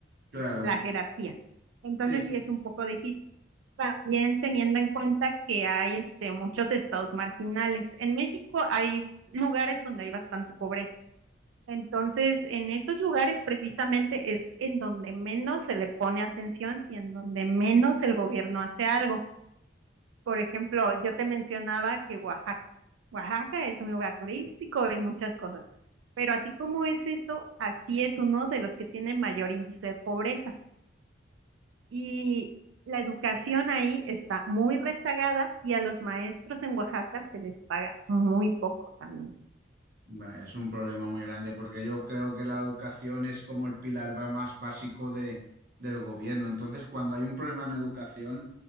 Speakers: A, on the right (about 50°); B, on the right (about 85°).
A: Claro,
B: la jerarquía. Entonces
A: sí.
B: sí es un poco difícil. También teniendo en cuenta que hay este, muchos estados marginales. En México hay lugares donde hay bastante pobreza. Entonces, en esos lugares precisamente es en donde menos se le pone atención y en donde menos el gobierno hace algo. Por ejemplo, yo te mencionaba que Oaxaca, Oaxaca es un lugar turístico y muchas cosas, pero así como es eso, así es uno de los que tiene mayor índice de pobreza. Y la educación ahí está muy rezagada y a los maestros en Oaxaca se les paga muy poco también.
A: Vaya, es un problema muy grande porque yo creo que la educación es como el pilar va- más básico de, del gobierno. Entonces, cuando hay un problema en educación,